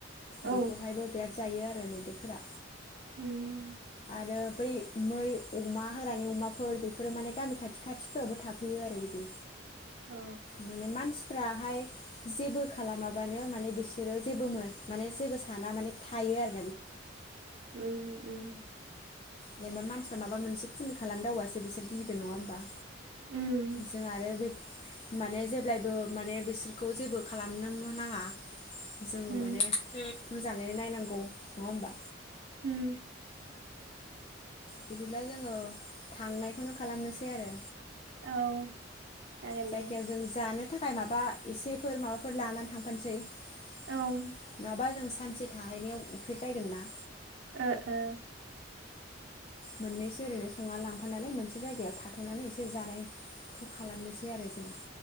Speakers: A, on the right; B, on the left.
A: औ
B: बेखौहायबो बिराद जायो आरो। मैदेरफोरा।
A: उम।
B: आरो बै मै अमा हाग्रानि अमाफोर बेफोरो माने गामि खाथि खाथिफोरावबो थाफैयो आरो बिदि।
A: अ
B: माने मानसि। फ्रहाय जेबो खालामा माबानो माने बिसोरो जेबो मोन माने जेबो साना माने थायो आरो।
A: उम उम
B: जेनेबा मानसिफ्रा माबा मोनसे खुनि। खालामदावबासो बिसोर गिगोन नङा होमबा।
A: उम
B: जों आरो बेफ माने जेब्लायबो माने बिसोरखौ जेबो खालामनो मो नाङा। जोङो
A: उम
B: माने मोजाङैनो नायनां नांगौ नङा ओमबा।
A: उम।
B: बिदिब्ला जोङो थांनायखोनो खालामनोसै आरो।
A: औ। जागोन
B: जायखिाया
A: दे
B: जों जानो। थाखाय माबा एसेफोर माबाफो फोर लानानै थांफानोसै नङाबा
A: औ ओ
B: जों सानसे थाहैनायाव उखैबायगोन ना।
A: ओ ओ।
B: मोननैसो ओरैनो संना लांफानानै मोनसे जायगायाव थाथनानै एसे जानायखौ खालामनोसै आरो जोङो।